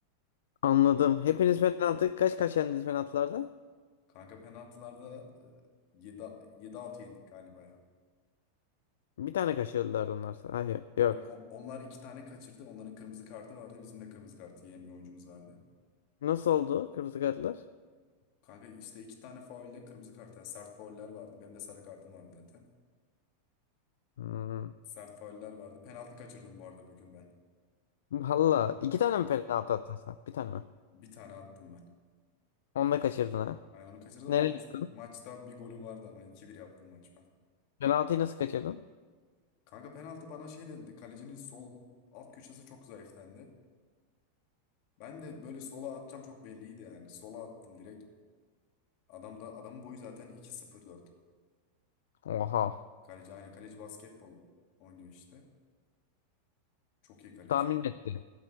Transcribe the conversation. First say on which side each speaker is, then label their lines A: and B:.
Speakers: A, on the left (about 75°); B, on the left (about 55°).
A: Anladım. Hepiniz penaltı kaç kaç yendiniz penaltılarda?
B: Kanka penaltılarda e, yedi 7 yendik galiba ya.
A: Bir tane kaçırdılar onlar. Hayır yok.
B: Yok on- onlar iki tane kaçırdı. Onların kırmızı kartı vardı. Bizim de kırmızı kartı yiyen bir oyuncumuz vardı.
A: Nasıl oldu kırmızı kartlar?
B: Kanka işte iki tane faulde kırmızı kart. yani sert fauller vardı. Benim de sarı kartım vardı zaten.
A: Hmm.
B: Sert fauller vardı. Penaltı kaçırdım bu arada bugün ben.
A: Valla iki tane mi penaltı attın sen? Bir tane mi?
B: Bir tane attım ben.
A: Onu da kaçırdın ha.
B: Aynen onu kaçırdım
A: Nereye
B: ama maç-
A: gittin?
B: maçta bir golüm vardı ama iki bir yaptım maç ben.
A: Penaltıyı nasıl kaçırdın?
B: Kanka penaltı bana şey dedi. Kalecinin sol alt köşesi çok zayıflendi. Ben de böyle sola atacağım çok belliydi yani. Sola attım direkt. Adam da adamın boyu zaten iki sıfır dört.
A: Oha.
B: Kaleci aynen kaleci basketbol oynuyor işte. Çok iyi kaleci.
A: Tahmin mi etti.